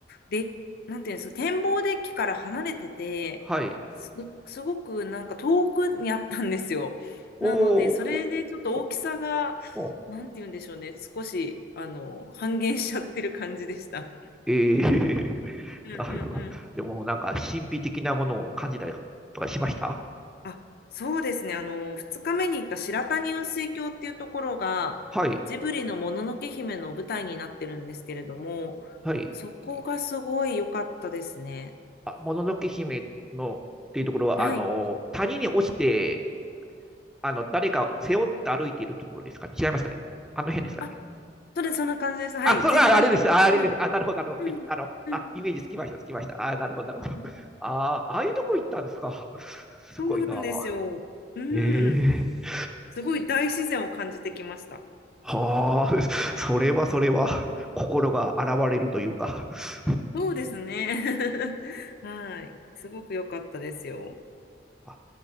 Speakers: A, on the left; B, in the centre.
A: で、なんていうんですか、展望デッキから離れてて、
B: はい。
A: す、すごくなんか遠くにあったんですよ。
B: おー、
A: なので、それでちょっと大きさが、
B: ほ、ほ、ほ、
A: なんていうんでしょうね、少し、あの、半減しちゃってる感じでした。
B: ええー、<laughs>
A: うんうんうん。
B: なるほど。でもなんか神秘的なものを感じたりとかしました
A: あ、そうですね。あの、2日目に行った白谷雲水峡っていうところが、
B: はい、
A: ジブリのもののけ姫の舞台になってるんですけれども、
B: はい。
A: そこがすごい良かったですね。
B: あ、もののけ姫のっていうところは、
A: はい。
B: あの、谷に落ちてあの、誰か背負って歩いているところですかね違いますかねあの辺ですかね
A: あ、それ、そんな感じです。はい。
B: あ、そう、
A: 全体的に。
B: ああれです。ああれです。あ、なるほど、あのあの、
A: うん、うん、
B: あ、イメージつきました、つきました。あ、なるほど、なるほど。
A: うん
B: <laughs> ああ、ああいうとこ行ったんですか。<laughs> すごいな。
A: そうなんですよ。う
B: ええ
A: ん。すごい大自然を感じてきました。
B: はあ、<laughs> それはそれは、心が洗われるというか。<laughs>
A: そうですね。<laughs> はい。すごく良かったですよ。
B: あ、な